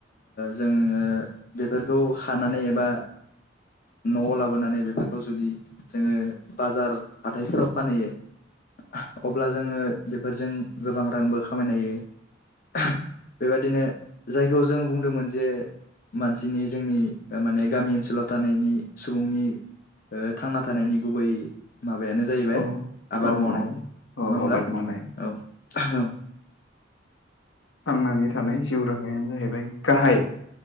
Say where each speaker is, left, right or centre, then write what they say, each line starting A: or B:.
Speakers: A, on the left; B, on the left.
A: जोङो बेफोरखौ खानानै एबा न'आव लाबोनानै बेफोरखौ जुदि जोङो बाजार हाथाइफोराव फानहैयो आह अब्ला जोङो बेफोरजों गोबां रांबो खामायनो हायो ओह बेबादिनो जायखौ जों बुंदोंमोन जे मानसिनि जोंनि माने गामि ओनसोलाव थानायनि सुबुंनि ओ थांना थानायनि गुबै माबायानो जाहैबाय
B: औ
A: आबाद मावनाय
B: औ
A: नङा होमब्ला
B: आबाद मावनाय
A: औ औ
B: थांनानै थानाय जिउ राहायानो जाहैबाय गाहाय